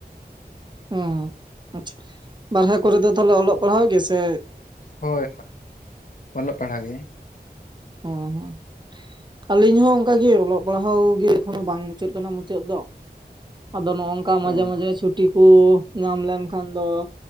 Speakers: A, on the right; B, on the left.
A: ᱦ ᱟᱪᱪᱷᱟ ᱵᱟᱦᱨᱮ ᱠᱚᱨᱮ ᱫᱚ ᱛᱟᱦᱞᱮ ᱚᱞᱚᱜ ᱯᱟᱲᱦᱟᱣ ᱜᱮᱥᱮ᱾
B: ᱦᱳᱭ ᱦᱳᱭ ᱚᱞᱚᱜ ᱯᱟᱲᱦᱟ ᱜᱮ᱾
A: ᱚᱸ ᱦᱚᱸ᱾ ᱟᱹᱞᱤᱧ ᱦᱚᱸ ᱚᱝᱠᱟᱜᱮ ᱚᱞᱚᱜ ᱯᱟᱲᱦᱟᱣ ᱜᱮ ᱮᱠᱷᱚᱱᱚ ᱵᱟᱝ ᱢᱩᱪᱟᱹᱫ ᱠᱟᱱᱟ ᱢᱩᱪᱟᱹᱫ ᱫᱚ᱾ ᱟᱫᱚ ᱱᱚᱜ ᱱᱚᱝᱠᱟ ᱢᱟᱡᱷᱮ
B: ᱚ
A: ᱢᱟᱡᱷᱮ ᱪᱷᱩᱴ ᱴᱤ ᱠᱚ ᱧᱟᱢ ᱞᱮᱱ ᱠᱷᱟᱱ ᱫᱚ